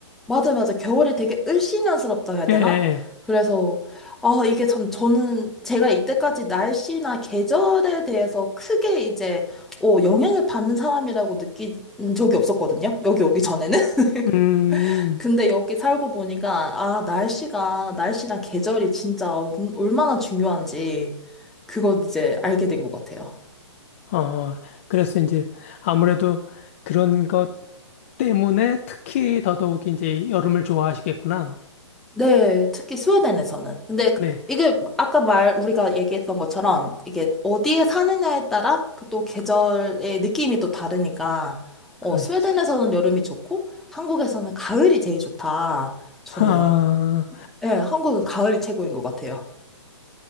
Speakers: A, in the centre; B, on the left (about 25°).
A: 맞아, 맞아. 겨울이 되게 을씨년스럽다 해야
B: 예,
A: 되나?
B: 예. 예.
A: 그래서, 아, 이게 참 저는 제가 이때까지 날씨나 계절에 대해서 크게 이제, 어, 영향을 받는 사람이라고 느낀 적이 없었거든요. 여기 오기 전에는. <laughs>
B: 음,
A: 근데 여기 살고 보니까, 아, 날씨가, 날씨랑 계절이 진짜 얼마나 중요한지, 그걸 이제 알게 된 것 같아요.
B: 어, 그래서 이제 아무래도 그런 것 때문에 특히 더더욱 이제 여름을 좋아하시겠구나.
A: 네, 특히 스웨덴에서는. 근데
B: 네,
A: 그- 이게 아까 말 우리가 얘기했던 것처럼 이게 어디에 사느냐에 따라 그 또 계절의 느낌이 또 다르니까
B: 그러죠.
A: 어, 스웨덴에서는 여름이 좋고 한국에서는 가을이 제일 좋다. 저는
B: 아,
A: 예, 한국은 가을이 최고인 것 같아요.